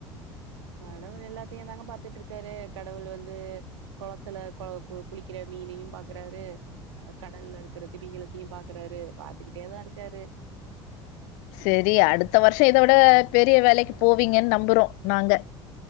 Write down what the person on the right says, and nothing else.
கடவுள் எல்லாத்தையும் தாங்க பாத்துட்டு இருக்காரு கடவுள் வந்து கொளத்துல கொ கு குளிக்கிற ப்ப மீனையும் பாக்குறாரு அ கடல்ல இருக்கிற திமிங்களத்தையும் பாக்குறாரு பாத்துக்கிட்டேதான் இருக்காரு